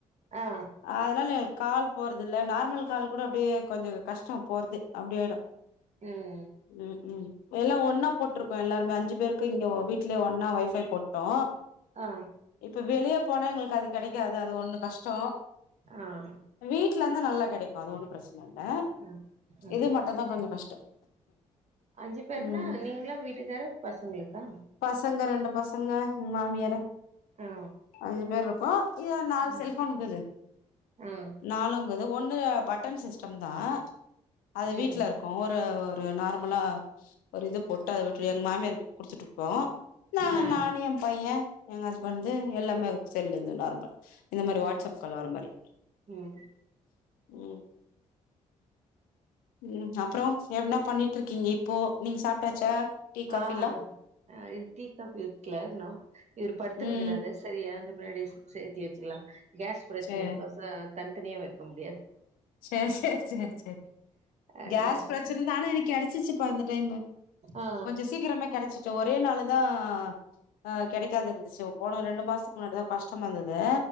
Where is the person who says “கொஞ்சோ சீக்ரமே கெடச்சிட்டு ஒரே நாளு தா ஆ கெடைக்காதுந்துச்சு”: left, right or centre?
Left